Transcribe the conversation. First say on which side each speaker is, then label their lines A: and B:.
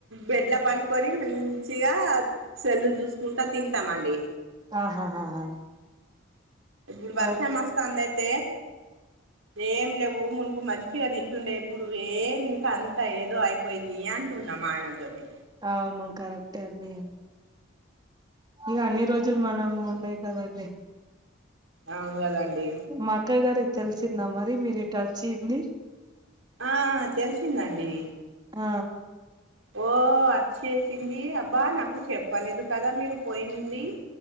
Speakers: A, on the right; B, on the right.
A: బెడ్ల పని కొనీ మంచిగా సెల్లు చూసుకుంటా తింటామండి
B: ఆహాహాహా
A: ఇప్పుడు వర్షం
B: ఓ
A: వస్తాంది అయితే ఏం లెవ్వు మునుపు మంచిగా తింటుండే ఇప్పుడు ఏమి ఇంకా అంత ఏదో అయిప్ పొయిందీ అంటున్నా మా ఆయన తోటి
B: అవును కరెక్టే అమ్మీ ఇగ అన్ని రోజుల్ మనం ఉండయి కదా అండి
A: అవును గదా అండి
B: మా అక్కయ్య గారిక్ తెలిసిందా మరి మీరు ఇటు వచ్చింది
A: ఆ తెలిసింది అండి
B: ఆ
A: ఓ అచ్చేశిందీ అబ్బా నాకు చెప్పలేదు కదా మీరు పోయిందీ.